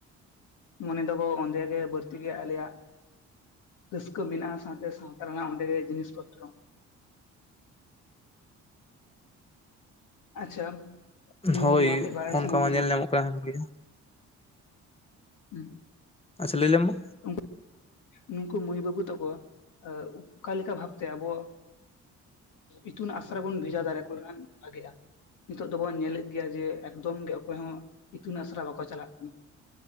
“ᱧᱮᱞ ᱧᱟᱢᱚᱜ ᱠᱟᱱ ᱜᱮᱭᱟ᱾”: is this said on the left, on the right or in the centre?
Left